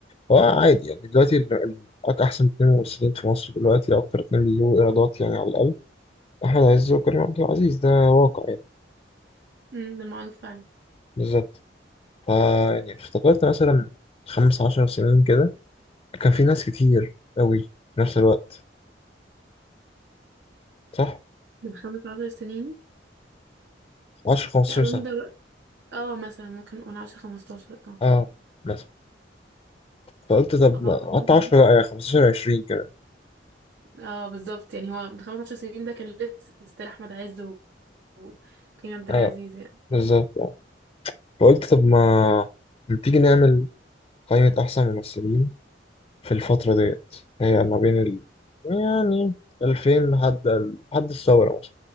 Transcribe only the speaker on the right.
امم ده معروف فعلا
من خمس عشر سنين
يعني اظن
ده بقى- اه مثلا ممكن نقول عشرة خمستاشر اه
اه
كان ممكن
اه بالظبط يعني هو من خمس عشر سنين ده كان لسه ستيل احمد عز و- وكريم عبد العزيز
يعني